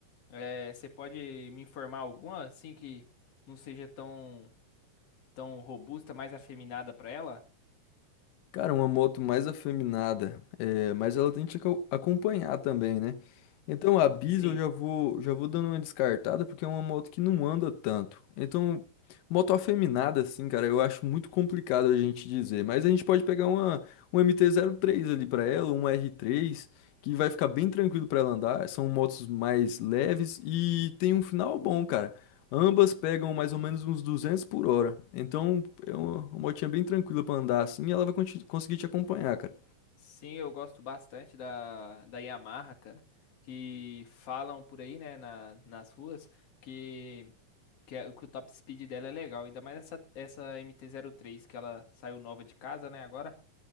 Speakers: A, on the left; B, on the left.
A: É, você pode me informar alguma, assim, que não seja tão tão robusta, mais afeminada pra ela?
B: Cara, uma moto mais afeminada, é, mas ela tem que aco- acompanhar também, né? Então a Biz
A: Sim,
B: eu já vou, já vou dando uma descartada porque é uma moto que não anda tanto. Então, moto afeminada, assim, cara, eu acho muito complicado a gente dizer. Mas a gente pode pegar uma, um mt três ali pra ela, uma r três que vai ficar bem tranquilo pra ela andar. São motos mais leves e tem um final bom, cara. Ambas pegam mais ou menos uns 200 por hora. Então é uma, uma motinha bem tranquila pra andar assim e ela vai conti- conseguir te acompanhar, cara.
A: sim, eu gosto bastante da, da Yamaha, cara. Que falam por aí, né, na, nas ruas, que, que, a- que o top speed dela é legal. Ainda mais essa, essa MT-03, que ela saiu nova de casa, né, agora.